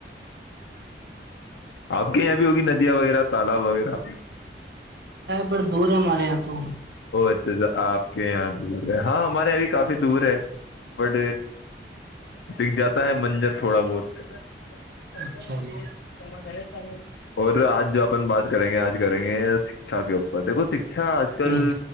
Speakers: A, on the left (about 80°); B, on the right (about 65°).
A: آپ کے یہاں بھی ہوگی ندیاں وغیرہ تالاب وغیرہ
B: بڑ دور ہے ہمارے یہاں کو
A: ا اچھا اھا آپ کے یہاں دور ہے ہاں ہمارے یہاں بھی کافی دور ہے بٹ بک جاتا ہے منجر تھوڑا بہت <unintelligible>
B: اچھا جی
A: اور آج جو اپن بات کریں گے آج کریں گے شکچھا کے اوپر دیکو شکچھا آج آ کل
B: جی